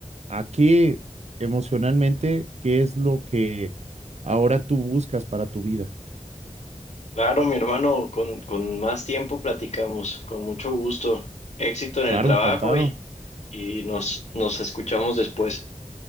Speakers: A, on the right; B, on the left.
A: a qué emocionalmente, qué es lo que ahora tú buscas para tu vida.
B: Claro, mi hermano, con, con más tiempo platicamos, con mucho gusto. Éxito en
A: Claro,
B: el trabajo
A: encantado.
B: y, y nos, nos escuchamos después.